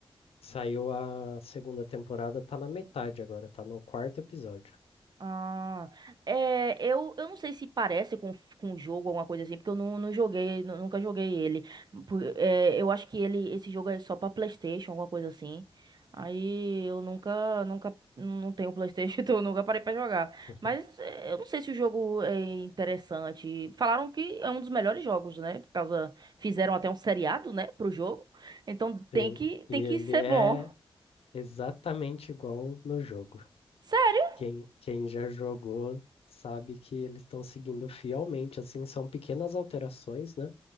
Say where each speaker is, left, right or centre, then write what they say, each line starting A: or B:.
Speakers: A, on the left (about 80°); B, on the right (about 45°).
A: Saiu a segunda temporada, tá na metade agora, tá no quarto episódio.
B: Ah, é, eu, eu não sei se parece com, com um jogo, alguma coisa assim, porque eu não, não joguei, nu- nunca joguei ele. Por- é, eu acho que ele, esse jogo é só pra PlayStation, alguma coisa assim. Aí eu nunca, nunca, não tenho PlayStation, <laughs> então eu nunca parei pra jogar.
A: <laughs>
B: Mas é, eu não sei se o jogo é interessante. Falaram que é um dos melhores jogos, né? Por causa, fizeram até um seriado, né, pro jogo. Então tem
A: Sim.
B: que,
A: E
B: tem
A: ele
B: que ser
A: é
B: bom.
A: exatamente igual no jogo.
B: Sério?
A: Quem, quem já jogou sabe que eles estão seguindo fielmente, assim, são pequenas alterações, né?